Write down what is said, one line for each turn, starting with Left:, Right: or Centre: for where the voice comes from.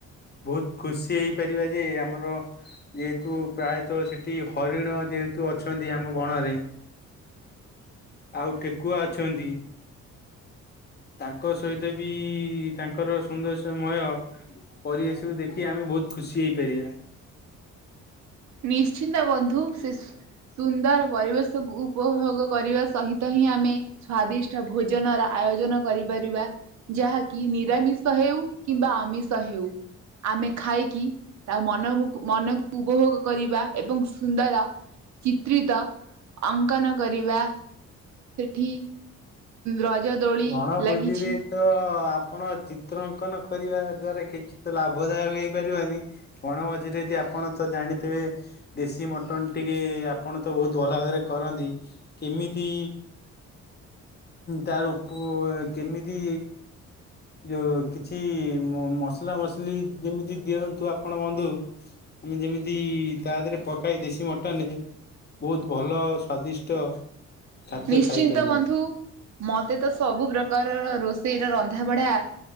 Left: ବହୁତ୍ ଖୁସି ହେଇପାରିବା ଯେ ଆମର। ଯେହେତୁ ପ୍ରାୟତଃ ସେଠି ହରିଣ ଯେହେତୁ ଅଛନ୍ତି ଆମ ବଣରେ। ଆଉ ଠେକୁଆ ଅଛନ୍ତି। ତାଙ୍କ ସହିତ ବି ତା ଙ୍କର ସୌନ୍ଦର୍ଯ୍ୟ ମୟ ପରିବେଶରୁ ଦେଖି ଆମେ ବହୁତ୍ ଖୁସି ହେଇପାରିବା।
Right: ନିଶ୍ଚିନ୍ତ ବନ୍ଧୁ ସେ ସୁନ୍ଦର ପରିବେଶକୁ ଉପଭୋଗ କରିବା ସହିତ ହିଁ ଆମେ। ସ୍ଵାଦିଷ୍ଟ ଭୋଜନର ଆୟୋଜନ କରିପାରିବା। ଯାହାକି ନିରାମିଷ ହେଉ କିମ୍ବା ଆମିଷ ହେଉ। ଆମେ ଖାଇକି ତା ମନବୁକୁ ମନକୁ ଉପଭୋଗ। କରିବା ଏବଂ ସୁନ୍ଦର ଚିତ୍ରିତ ଅଙ୍କନ କରିବା। ସେଠି ରଜ ଦୋଳି
Left: ବଣଭୋଜିରେ
Right: ଲାଗିଛି।
Left: ତ ଆପଣ ଚିତ୍ର ଅଙ୍କନ କରିବା ଦ୍ଵରା କିଛି ତ ଲାଭଦାୟକ ହେଇପାରିବାନି। କଣ ମଝିରେ ଯେ ଆପଣ ତ ଜାଣିଥିବେ। ଦେଶୀ ମଟନ ଟିକେ ଆପଣ ତ ବହୁତ ଭଲ ଭାବରେ କରନ୍ତି କେମିତି। ତାର ଉପ କେମିତି। ଯୋ କିଛି ମ ମସଲା ମସଲି ଯେମିତି ଦିଅନ୍ତୁ ଆପଣ ବନ୍ଧୁ। ଆମେ ଯେମିତି ତା ଦେହରେ ପକାଇ ଦେଶୀ ମଟନରେ। ବହୁତ ଭଲ ସ୍ଵାଦିଷ୍ଟ। ଖାଦ୍ୟ
Right: ନିଶ୍ଚିନ୍ତ
Left: ଖାଇପାରିବା।
Right: ବନ୍ଧୁ। ମତେ ତ ସବୁ ପ୍ରକାରର ରୋଷେଇର ରନ୍ଧା ବଢ଼ା।